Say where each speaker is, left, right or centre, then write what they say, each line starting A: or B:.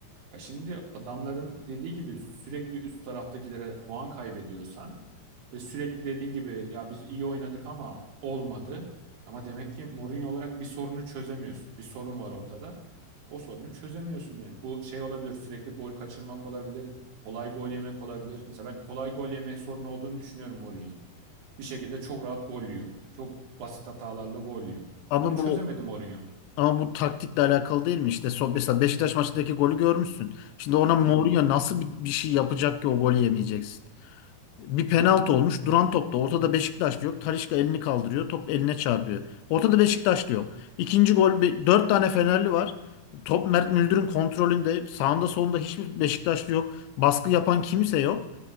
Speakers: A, on the right; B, on the left.
A: Ya şimdi adamların dediği gibi sürekli üst taraftakilere puan kaybediyorsan ve sürekli dediğin gibi ya biz iyi oynadık ama olmadı. Ama demek ki Mourinho olarak bir sorunu çözemiyorsun. Bir sorun var ortada. O sorunu çözemiyorsun demek. Bu şey olabilir, sürekli gol kaçırmak olabilir, kolay gol yemek olabilir. Mesela ben kolay gol yemek sorunu olduğunu düşünüyorum Mourinho'nun. Bir şekilde çok rahat gol yiyor. Çok basit hatalarla gol yiyor.
B: Ama
A: Bunu çözemedi
B: bu
A: Mourinho.
B: ama bu taktikle alakalı değil mi? İşte so- mesela Beşiktaş maçındaki golü görmüşsün. Şimdi ona Mourinho
A: Gördün mü?
B: nasıl bir, bir şey yapacak ki o golü yemeyeceksin? Bir penaltı olmuş. Duran topta. Ortada Beşiktaşlı yok. Talisca elini kaldırıyor. Top eline çarpıyor. Ortada Beşiktaşlı yok. İkinci gol. bir- Dört tane Fenerli var. Top Mert Müldür'ün kontrolünde. Sağında solunda hiçbir Beşiktaşlı yok. Baskı yapan kimse yok.